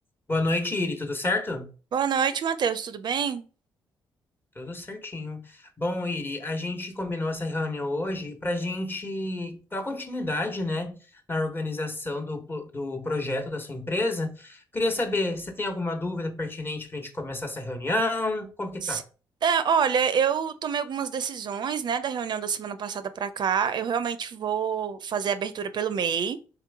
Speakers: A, on the left (about 25°); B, on the right (about 55°).
A: Boa noite, Iri. Tudo certo?
B: Boa noite, Matheus. Tudo bem?
A: Tudo certinho. Bom, Iri, a gente combinou essa reunião hoje para a gente dar continuidade, né, na organização do, po- do projeto da sua empresa. Queria saber, você tem alguma dúvida pertinente para a gente começar essa reunião? Como que
B: Se-
A: tá?
B: É, olha, eu tomei algumas decisões, né, da reunião da semana passada para cá. Eu realmente vou fazer a abertura pelo MEI,